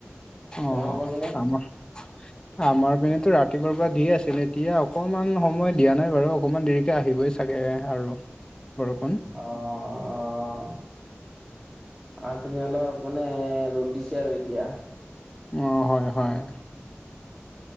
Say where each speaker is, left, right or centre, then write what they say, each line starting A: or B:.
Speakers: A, on the left; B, in the centre.
A: অ
B: তোমালোকৰ পিনে
A: আমাৰ আমাৰ পিনেতো ৰাতিপুৱাৰ পৰা দিয়ে আছিল। এতিয়া অকনমান সময় দিয়া নাই বাৰু। অকনমান দেৰিকে আহিবই চা গে আৰু বৰষুণ।
B: অ, অ, অ, অ। আ পিনে অলপ মানে ৰ'দ দিছে আৰু এতিয়া।
A: অ হয়, হয়।